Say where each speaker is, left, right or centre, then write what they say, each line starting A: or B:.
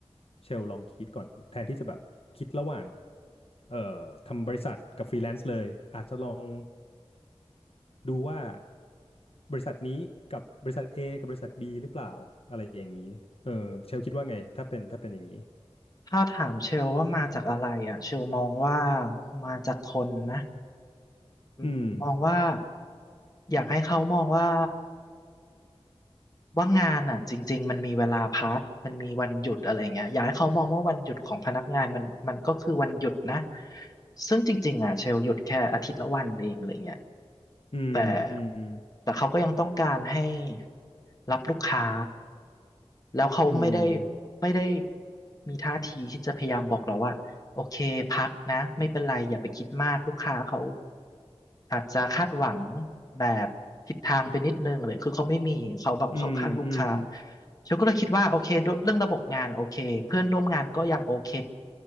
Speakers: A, on the left (about 65°); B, on the left (about 35°).
A: เชลลองคิดก่อนแทนที่จะแบบคิดระหว่างเอ่อทำบริษัทกับฟรีแลนซ์เลยอาจจะลอง ดูว่าบริษัทนี้กับบริษัท A กับบริษัท B หรือเปล่าอะไรอย่างนี้เออเชลคิดว่าไงถ้าเป็นถ้าเป็นอย่างนี้
B: ถ้าถามเชลว่ามาจากอะไรอ่ะเชลมองว่ามาจากคนนะอืมมองว่า
A: อืม
B: อยากให้เขามองว่าว่างานอ่ะจริงๆมันมีเวลาพักมันมีวันหยุดอะไรเงี้ยอยากให้เขามองว่าวันหยุดของพนักงานมันมันก็คือวันหยุดนะซึ่งจริงๆอ่ะเชลหยุดแค่อาทิตย์ละวันเองอะไรเงี้ย
A: อืมอืม
B: แต่แต่เขาก็ยังต้องการให้รับลูกค้าแล้วเขาไม่ได้
A: อืม
B: ไม่ได้มีท่าทีที่จะพยายามบอกเราว่าโอเคพักนะไม่เป็นไรอย่าไปคิดมากลูกค้าเขาอาจจะคาดหวังแบบผิดทางไปนิดนึงเลยคือเขาไม่มีเขาแบบเขาข้างอืมลูกค้า
A: อืมอืม
B: ฉันก็เลยคิดว่าโอเคเรื่องระบบงานโอเคเพื่อนร่วมงานก็ยังโอเค